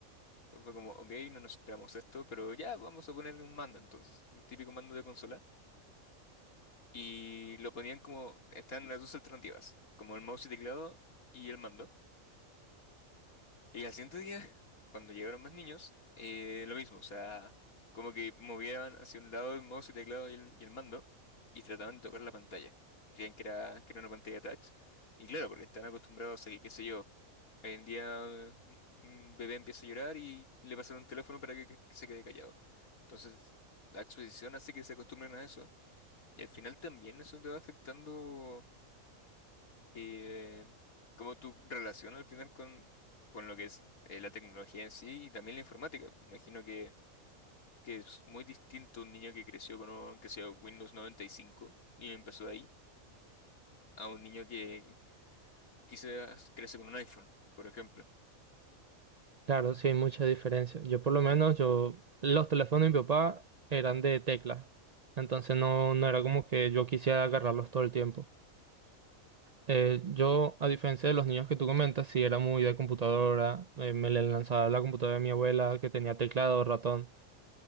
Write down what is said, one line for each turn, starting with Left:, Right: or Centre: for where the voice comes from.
Left: Entonces fue como, ok, no nos esperamos esto, pero ya vamos a poner un mando entonces, un típico mando de consola. y lo ponían como, están las dos alternativas, como el mouse y teclado y el mando. Y al siguiente día, <laughs> cuando llegaron más niños, eh, lo mismo, o sea, como que movían hacia un lado el mouse y teclado y el, y el mando y trataban de tocar la pantalla. Creían que era, que era una pantalla touch. Y claro, porque están acostumbrados a que, qué sé yo, hoy en día eh, un un bebé empieza a llorar y le pasan un teléfono para que, que se quede callado. Entonces, la exposición hace que se acostumbren a eso. Y al final también eso te va afectando eh, como tu relación al final con, con lo que es eh, la tecnología en sí y también la informática. Imagino que, que es muy distinto un niño que creció con un, que sea Windows 95 y cinco y empezó de ahí a un niño que quizás crece con un iPhone, por ejemplo.
Right: Claro, sí hay mucha diferencia. Yo por lo menos, yo, los teléfonos de mi papá eran de tecla. Entonces no, no era como que yo quisiera agarrarlos todo el tiempo. Eh, yo, a diferencia de los niños que tú comentas, sí era muy de computadora, eh, me le lanzaba la computadora de mi abuela que tenía teclado, ratón,